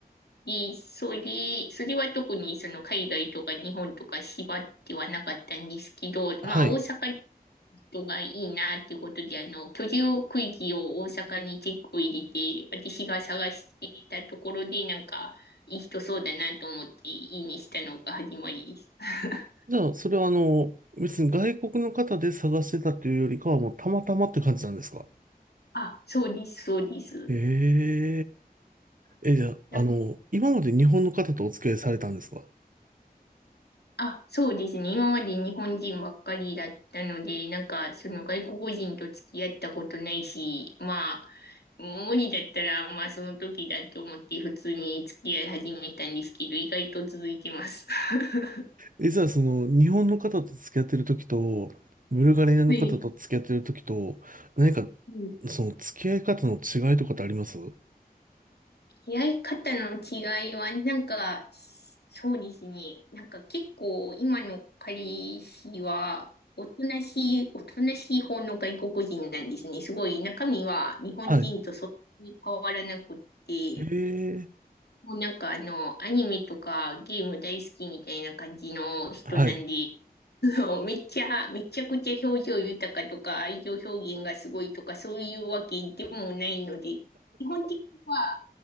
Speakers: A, on the left; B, on the right.
A: で、それ、それは特にその海外とか日本とか縛ってはなかったんですけど、
B: はい。
A: まあ大阪人がいいなっていうことで、あの、居住区域を大阪に結構入れて、私が探していたところで、なんか、いい人そうだなと思って、いいにしたのが始まりです。<laughs>
B: じゃあ、それはあの、別に外国の方で探してたというよりかは、もうたまたまって感じなんですか
A: あ、そうです、そうです。
B: へえ、え、じゃあ、あの、
A: なんか、
B: 今まで日本の方とお付き合いされたんですか
A: あ、そうですね。今まで日本人ばっかりだったので、なんか、その外国人と付き合ったことないし、まあ、無理だったら、まあ、その時だと思って普通に付き合い始めたんですけど、意外と続いてます。<laughs>
B: え、じゃあ、その、日本の方と付き合ってる時と、ブルガリアの方と付き合ってる時と、
A: はい
B: 何か、
A: うん、
B: その、付き合い方の違いとかってありますは
A: 出会い方の違いは、なんか、そうですね。なんか結構、今の彼氏は、おとなしい、おとなしい方の外国人なんですね。すごい、中身は日本人とそんなに変わらなくって、
B: い。へえ、
A: もうなんかあの、アニメとかゲーム大好きみたいな感じの人なんで、
B: はい。
A: <laughs> そうめっちゃ、めちゃくちゃ表情豊かとか、愛情表現がすごいとか、そういうわけでもないので、基本的には、